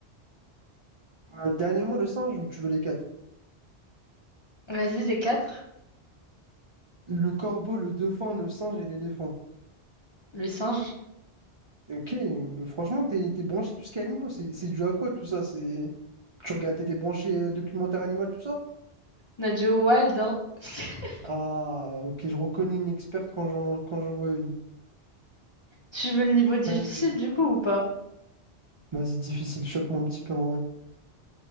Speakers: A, on the right (about 50°); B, on the left (about 35°).
A: Euh, dernier mot, le singe, ou tu veux les quatre?
B: Vas-y, les quatre.
A: Le corbeau, le dauphin, le singe et l'éléphant.
B: Le singe.
A: Ok, mais franchement, t'es t'es branché tout ce qui est animaux. C'est c'est dû à quoi tout ça? C'est... Tu regardes, t'étais branché euh, documentaire animal, tout ça?
B: Nadjo Wild, hein. <laughs>
A: Ah, ok, je reconnais une experte quand j'en quand j'en vois une.
B: Tu veux le niveau difficile
A: Euh,
B: du coup ou pas?
A: vas-y, difficile, choque-moi un petit peu en vrai.